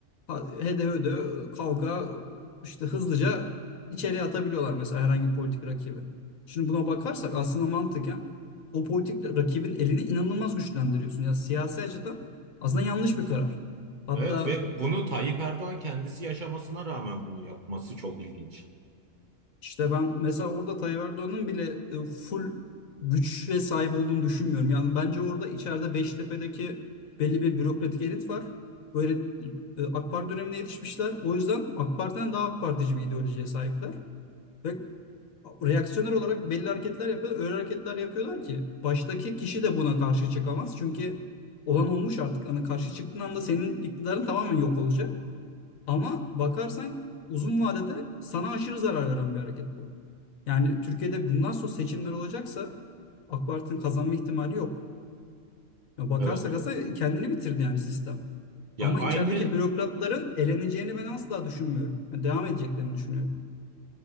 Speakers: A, on the left; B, on the right.
A: ha- hede hede e, kavga işte hızlıca içeriye atabiliyorlar mesela herhangi bir politik rakibi. Şimdi buna bakarsak aslında mantıken o politik rakibin elini inanılmaz güçlendiriyorsun. Ya siyasi açıdan aslında yanlış bir karar. Hatta
B: Evet ve bunu Tayyip Erdoğan kendisi yaşamasına rağmen bunu yapması çok ilginç.
A: İşte ben mesela orada Tayyip Erdoğan'ın bile e, full güç ve sahip olduğunu düşünmüyorum. Yani bence orada içeride Beştepe'deki belli bir bürokratik elit var. Böyle e, AK Parti dönemine yetişmişler. O yüzden AK Parti'den daha AK Partici bir ideolojiye sahipler. Ve reaksiyoner olarak belli hareketler yapıyorlar. Öyle hareketler yapıyorlar ki baştaki kişi de buna karşı çıkamaz. Çünkü olan olmuş artık. Hani karşı çıktığın anda senin iktidarın tamamen yok olacak. Ama bakarsan uzun vadede sana aşırı zarar veren bir hareket bu. Yani Türkiye'de bundan sonra seçimler olacaksa AK Parti'nin kazanma ihtimali yok. Ya bakarsak
B: Evet.
A: aslında kendini bitirdi yani sistem.
B: Ya
A: Ama
B: aynı
A: içerideki bürokratların eleneceğini ben asla düşünmüyorum. Yani devam edeceklerini düşünüyorum.